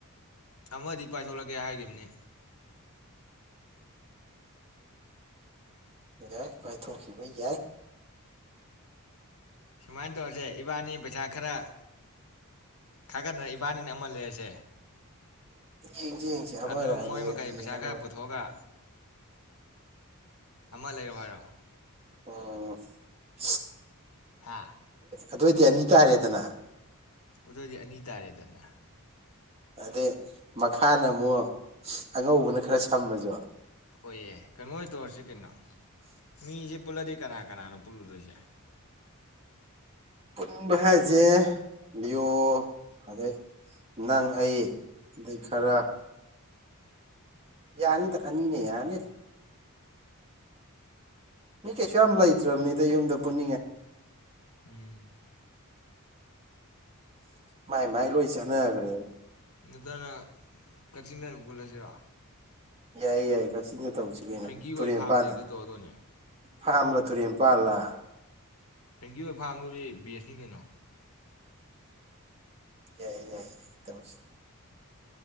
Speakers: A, on the left; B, on the right.
A: ꯑꯃꯗꯤ ꯄꯥꯏꯊꯣꯂꯛꯀꯦ ꯍꯥꯏꯒꯤꯕꯅꯤ
B: ꯌꯥꯏ ꯄꯥꯏꯊꯣꯛꯈꯤꯕ ꯌꯥꯏ
A: ꯁꯨꯃꯥꯏꯅ ꯇꯧꯔꯁꯦ ꯏꯕꯥꯅꯤ ꯄꯩꯁꯥ ꯈꯔ ꯈꯥꯒꯠꯅꯔ ꯏꯕꯥꯅꯤꯅ ꯑꯃ ꯂꯩꯔꯁꯦ
B: ꯌꯦꯡꯁꯤ ꯌꯦꯡꯁꯤ ꯑꯃꯔ
A: ꯑꯗꯣ
B: ꯑꯅꯤꯔ
A: ꯃꯣꯏ ꯃꯈꯩ
B: ꯌꯦꯡꯉꯒ
A: ꯄꯩꯁꯥ ꯈꯔ ꯄꯨꯊꯣꯛꯑꯒ ꯑꯃ ꯂꯩꯔꯣꯍꯥꯏꯔꯣ
B: ꯍꯣꯍꯣ‌ ꯍ‌ꯣꯏ
A: ꯍꯥ
B: ꯑꯗꯣꯏꯗꯤ ꯑꯅꯤ ꯇꯥꯔꯦꯗꯅ
A: ꯑꯗꯣꯏꯗꯤ ꯑꯅꯤ ꯇꯥꯔꯦꯗꯅ
B: ꯑꯗꯩ ꯃꯈꯥꯅ ꯑꯃꯨꯛ ꯑꯉꯧꯕꯅ ꯈꯔ ꯁꯝꯃꯁꯨ
A: ꯍꯣꯏꯌꯦ ꯀꯩꯅꯣ ꯑꯣꯏ ꯇꯧꯔꯁꯤ ꯀꯩꯅꯣ ꯃꯤꯁꯦ ꯄꯨꯜꯂꯗꯤ ꯀꯅꯥ- ꯀꯅꯥꯅꯣ ꯄꯨꯜꯂꯨꯗꯣꯏꯁꯦ
B: ꯄꯨꯟꯕ ꯍꯥꯏꯁꯦ ꯂꯤꯌꯣ ꯑꯗꯩ ꯅꯪ-ꯑꯩ ꯑꯗꯩ ꯈꯔ ꯌꯥꯅꯤꯗ ꯑꯅꯤꯅ ꯌꯥꯅꯤꯗ ꯃꯤ ꯀꯩꯁꯨ ꯌꯥꯝ ꯂꯩꯇ꯭ꯔꯕꯅꯤꯗ ꯌꯨꯝꯗ ꯄꯨꯅꯤꯡꯉꯥꯏ
A: ꯎꯨꯝ
B: ꯃꯥꯏ-ꯃꯥꯏ ꯂꯣꯏ ꯆꯥꯟꯅꯒ꯭ꯔꯦꯕ
A: ꯅꯠꯇꯅ ꯀꯛꯆꯤꯡꯗ ꯑꯣꯏꯅ ꯄꯨꯜꯂꯁꯤꯔꯣ
B: ꯌꯥꯏ-ꯌꯥꯏ ꯀꯛꯆꯤꯡꯗ ꯇꯧꯁꯤ ꯀꯩꯅꯣ
A: ꯐ꯭ꯔꯦꯡꯀꯤ
B: ꯇꯨꯔꯦꯜ
A: ꯍꯣꯏ ꯐꯥꯝꯗ
B: ꯃꯄꯥꯟꯗ
A: ꯍꯦꯛꯇ ꯇꯧꯔꯗꯣꯏꯅꯦ
B: ꯐꯥꯝꯂ ꯇꯨꯔꯦꯟ ꯃꯄꯥꯜꯂ
A: ꯐ꯭ꯔꯦꯡꯀꯤꯋꯣꯏ ꯐꯥꯝꯗꯨꯗꯤ ꯕꯦꯁꯅꯤ ꯀꯩꯅꯣ
B: ꯌꯥꯏ-ꯌꯥꯏ ꯇꯧꯁꯤ